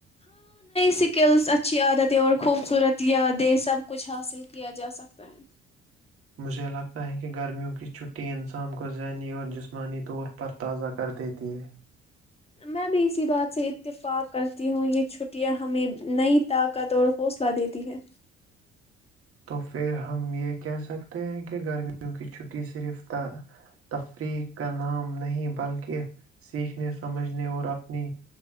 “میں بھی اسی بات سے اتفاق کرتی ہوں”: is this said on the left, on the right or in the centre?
Left